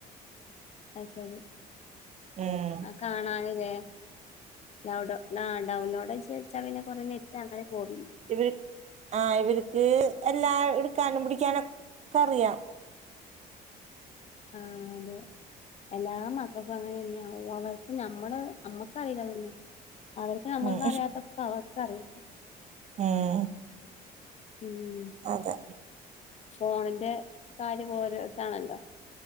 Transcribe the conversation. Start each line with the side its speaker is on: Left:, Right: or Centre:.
Left: അശരി
Right: ഉം
Left: കാണാനില്ലേ ലൗഡ ആ ഡൗൺലോഡ ചെയ്യ ച പിനെ കുറഞ്ഞെട്ട അങ്ങനെ പോവില്ല
Right: ഇവർ ആ് ഇവർക്ക് എല്ലാ എടുക്കാനും പിടിക്കാനൊക്കെ അറിയ
Left: ആഹ് അതെ എല്ലാ മക്കക്കഅങ്ങനെ തന്നെയ അവ നമ്മള് നമ്മക്കറിയില്ലന്നെ അവർക്ക് നമ്മക്ക
Right: ഉം
Left: അറിയാത്തക്കെ അവർക്കറി
Right: ഉം
Left: ഉം
Right: അതെ
Left: ഫോണിന്റെ കാര്യം ഓരോതാണല്ലോ